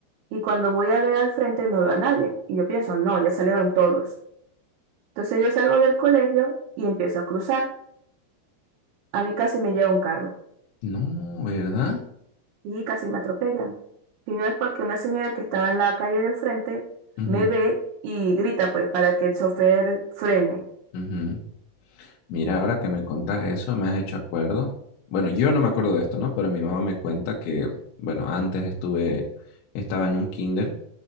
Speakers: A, on the right; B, on the left.
A: y cuando voy a ver al frente no veo a nadie. Y yo pienso, no, ya salieron todos. Entonces yo salgo del colegio y empiezo a cruzar. A mí casi me lleva un carro
B: No, ¿verdad?
A: y casi me atropellan. Y no es porque una señora que estaba en la calle del frente
B: Ujú,
A: me ve y grita pues para que el chofer frene.
B: ujú. Mira, ahora que me contas eso, me has hecho acuerdo. Bueno, yo no me acuerdo de esto, ¿no? Pero mi mamá me cuenta que, bueno, antes estuve, estaba en un kinder